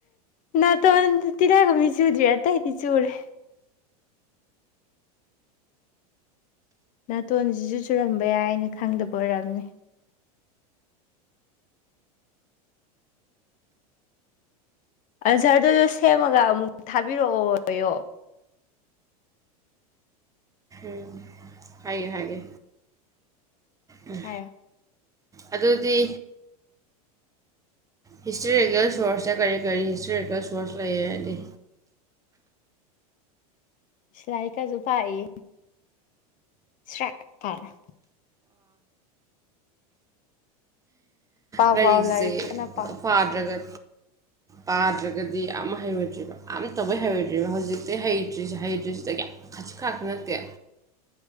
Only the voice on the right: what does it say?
ꯎꯝ ꯍꯥꯏꯒꯦ ꯍꯥꯏꯒꯦ ꯎꯝ
ꯑꯗꯨꯗꯤ ꯍꯤꯁꯇꯣꯔꯤꯀꯦꯜ ꯁꯣꯔꯁꯁꯦ ꯀꯔꯤ ꯀꯔꯤ ꯍꯤꯁꯇꯣꯔꯤꯀꯦꯜ ꯁꯣꯔꯁ ꯂꯩ ꯍꯥꯏꯔꯗꯤ
ꯂꯥꯏꯔꯤꯛꯁꯦ
ꯄꯥꯗ꯭ꯔꯒꯗꯤ ꯄꯥꯗ꯭ꯔꯒꯗꯤ ꯌꯥꯝ ꯍꯩꯔꯣꯏꯗ꯭ꯔꯤꯕ ꯑꯝꯇꯕꯧ ꯍꯩꯔꯣꯏꯗ꯭ꯔꯤꯕ ꯍꯧꯖꯤꯛꯇꯩꯍꯩꯇ꯭ꯔꯤꯁꯦ ꯍꯩꯇ꯭ꯔꯤꯁꯤꯗꯒꯤ ꯈꯖꯤꯛ ꯈꯔꯥꯛꯇ ꯅꯠꯇꯦ